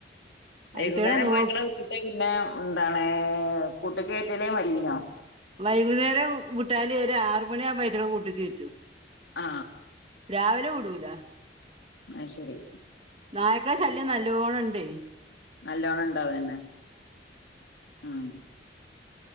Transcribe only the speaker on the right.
അയിറ്റങ്ങളെ നോ
വൈകുന്നേരം വിട്ടാല് ഒര് ആറ് മണി ആവുമ്പോ ആയ്റ്റ്ങ്ങളെ കൂട്ടിക്ക് കയറ്റും
രാവിലെ വിടൂല
നായ്ക്കള ശല്യം നല്ലോണണ്ടേ